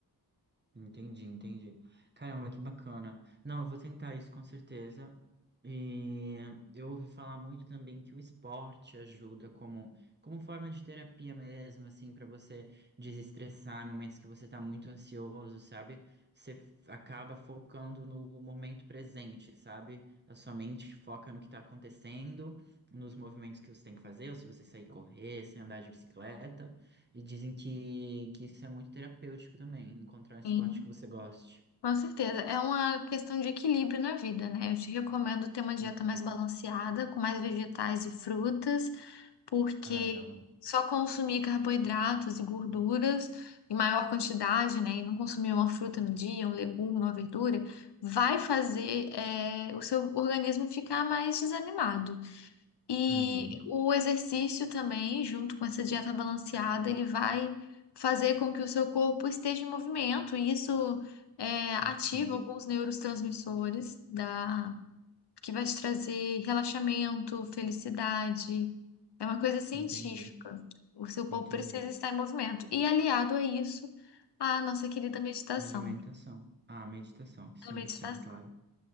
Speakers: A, on the right; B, on the left.
A: Entendi, entendi. Caramba, que bacana. Não, eu vou tentar isso com certeza. E eu ouvi falar muito também que o esporte ajuda como, como forma de terapia mesmo, assim, para você desestressar em momentos que você tá muito ansioso, sabe? Você f- acaba focando no momento presente, sabe? A sua mente foca no que tá acontecendo, nos movimentos que você tem que fazer, ou se você sair correr, se andar de bicicleta. E dizem que, que isso é muito terapêutico também, encontrar um esporte
B: Sim.
A: que você goste.
B: Com certeza. É uma questão de equilíbrio na vida, né? Eu te recomendo ter uma dieta
A: Uhum.
B: mais balanceada, com mais vegetais e frutas, porque
A: Ah, legal.
B: só consumir carboidratos e gorduras em maior quantidade, né? E não consumir uma fruta no dia, um legume, uma verdura, vai fazer, eh, o seu organismo ficar mais desanimado. E
A: Uhum.
B: o exercício também, junto com essa dieta balanceada, ele vai fazer com que o seu corpo esteja em movimento, e isso é, ativa
A: Ok.
B: alguns neurotransmissores da... que vai te trazer relaxamento, felicidade. É uma coisa científica.
A: Entendi.
B: O seu corpo
A: Entendi.
B: precisa estar em movimento. E aliado a isso, a nossa querida meditação.
A: Alimentação. Ah, meditação. Sim,
B: A meditação.
A: sim, claro.